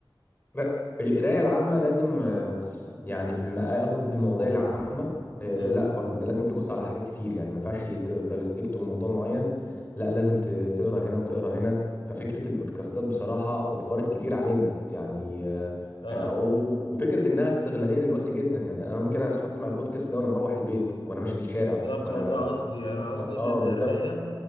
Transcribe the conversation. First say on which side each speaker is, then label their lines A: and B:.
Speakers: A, on the left; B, on the left.
A: لا القرايه العامه لازم آه، يعني في الم- قصدي في المواضيع العامه آه،
B: مم.
A: لا برضو انت لازم تبص على حاجات كتير يعني ما ينفعش تفضل ستيك تو موضوع معين لا لازم ت- تقرا هنا وتقرا هنا ففكره البودكاستات بصراحه وفرت كتير علينا يعني آه،
B: اه
A: آه، و- و- وفكره انها استغلاليه للوقت جدا يعني انا ممكن أس- اسمع البودكاست ده وانا مروح البيت وانا ماشي في الشارع
B: بالظبط
A: وانا
B: هو ده
A: س...
B: قصدي يعني انا قصدي
A: و- اه
B: ان القرايه
A: بالظبط